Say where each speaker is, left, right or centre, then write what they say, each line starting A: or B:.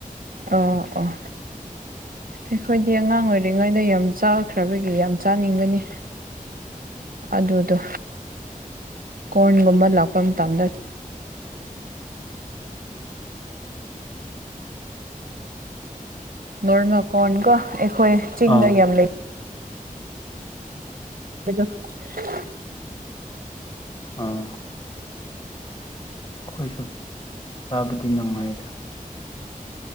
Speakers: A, on the right; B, on the left.
A: ꯑꯥ ꯑꯥ ꯑꯩꯈꯣꯏꯗꯤ ꯑꯉꯥꯡ ꯑꯣꯏꯔꯤꯉꯩꯗ ꯌꯥꯝ ꯆꯥꯈ꯭ꯔꯕꯒꯤ ꯌꯥꯝ ꯆꯥꯅꯤꯡꯕꯅꯤ ꯑꯗꯨꯗꯣ ꯀꯣꯔꯟꯒꯨꯝꯕ ꯂꯥꯛꯄ ꯃꯇꯝꯗ ꯅꯣꯔꯃꯦꯜ ꯀꯣꯔꯟꯀꯣ ꯑꯩꯈꯣꯏ ꯆꯤꯡꯗ
B: ꯑꯥ
A: ꯌꯥꯝ ꯂꯩ ꯕꯗꯣ <unintelligible>
B: ꯑꯥ ꯑꯩꯈꯣꯏꯁꯨ ꯆꯥꯕꯗꯤ ꯅꯨꯡꯉꯥꯏꯗ